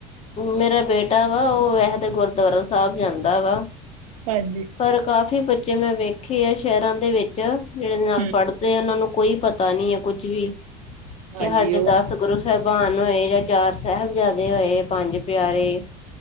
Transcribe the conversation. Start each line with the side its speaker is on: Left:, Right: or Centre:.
Left: ਮੇਰਾ ਬੇਟਾ ਵਾ, ਉਹ ਇਹ ਤੇ ਗੁਰਦੁਆਰਾ ਸਾਹਿਬ ਜਾਂਦਾ ਵਾ।
Right: ਭੈਣ ਜੀ,
Left: ਪਰ ਕਾਫ਼ੀ ਬੱਚੇ ਮੈਂ ਵੇਖੇ ਆ ਸ਼ਹਿਰਾਂ ਦੇ ਵਿੱਚ, ਜਿਹੜੇ ਨਾਲ
Right: ਹੂੰ,
Left: ਪੜ੍ਹਦੇ ਆ। ਉਹਨਾਂ ਨੂੰ ਕੋਈ ਪਤਾ ਨੀ ਕੁੱਝ ਵੀ, ਕਿ
Right: ਹਾਂਜੀ
Left: ਸਾਡੇ
Right: ਉਹ
Left: ਦੱਸ ਗੁਰੂ ਸਾਹਿਬਾਨ ਹੋਏ, ਜਾਂ ਚਾਰ ਸਾਹਿਬਜ਼ਾਦੇ ਹੋਏ, ਪੰਜ ਪਿਆਰੇ।